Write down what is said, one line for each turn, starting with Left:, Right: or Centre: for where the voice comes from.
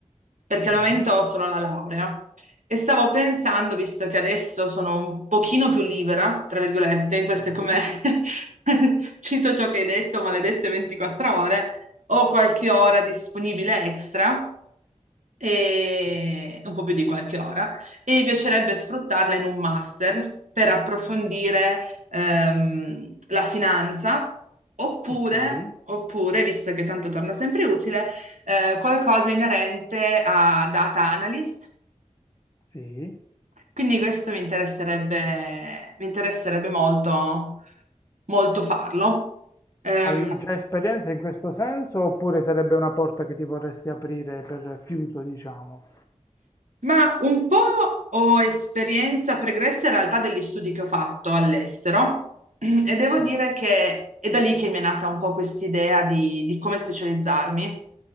Right: perché
Left: Mhm.
Right: al momento ho solo la laurea. E stavo pensando, visto che adesso sono un pochino più libera, tra virgolette, in queste
Left: Sì.
Right: come <laughs> cito ciò che hai detto, maledette 24 ore, ho qualche ora disponibile extra e
Left: Sì.
Right: un po' più di qualche ora, e mi piacerebbe sfruttarla in un master per approfondire ehm, la finanza, oppure,
Left: Ok.
Right: oppure, visto che tanto torna sempre utile, eh, qualcosa inerente a data analyst.
Left: Sì.
Right: Quindi questo mi interesserebbe, mi interesserebbe molto, molto farlo. Ehm,
Left: Hai già esperienza in questo senso oppure sarebbe una porta che ti vorresti aprire per fiuto, diciamo?
Right: Ma un po' ho esperienza pregressa in realtà degli studi che ho fatto all'estero <clears throat> e devo
Left: Sì.
Right: dire che è da lì che mi è nata un po' quest'idea di, di come specializzarmi